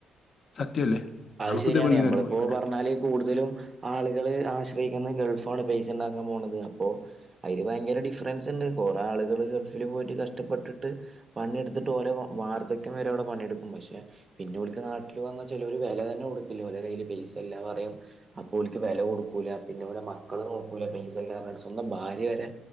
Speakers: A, on the left; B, on the right.
A: സത്യല്ലേ
B: അത്
A: അനക്ക്
B: ശരിയാണ്
A: ഇതേപോലെ എല്ലാരും
B: നമ്മളിപ്പോ
A: പോയിക്കണേ
B: പറഞ്ഞാല് കൂടുതലും ആളുകള് ആശ്രയി ഗൾഫാണ് പൈസ ഉണ്ടാക്കാൻ പോന്നത് അപ്പോ അതില് ഭയങ്കര ഡിഫറൻസ് ഉണ്ട് കൊറെേ ആളുകൾ ഗൾഫിൽ പോയിട്ട് കഷ്ടപ്പെട്ടിട്ട് പണിെടുത്തിട്ട്ഓ വാർധക്യം വരെടെ പണിെയെടുക്കും പക്ഷെ പിന്നെ ഓൽക് നാട്ടിൽ വന്നാ ചെലോൽക്ക് വില തന്നെ കൊടുക്കൂല ഓര കയ്ൽ പൈസ എല്ലാം പറയും അപ്പോക്ക് വില കൊടുക്കൂല പിന്നെ പോലെ മക്കള് നോക്കൂല പൈസല്ല സ്വന്തം ഭാര്യ വരെ